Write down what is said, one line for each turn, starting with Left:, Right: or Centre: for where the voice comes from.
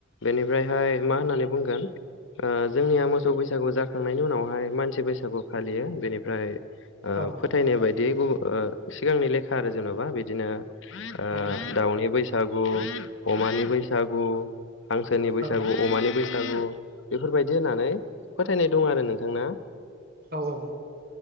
Left: बेनिफ्रायहाय मा होननानै बुंगोन ओ जोंनिया मोसौ बैसागु जाखांनायनि उनावहाय मानसि बैसागु फालियो बेनिफ्राय
Right: औ
Left: फोथायनाय बायदि गुबुन सिगांनि लेखा आरो जेन'बा बिदिनो ओ
Right: औ औ नोंथां
Left: दाउनि बैसागु अमानि बैसागु हांसोनि बैसागु
Right: औ
Left: अमानि बैसागु बेफोरबायदि होननानै फोथायनाय दं आरो नोंथां ना
Right: औ औ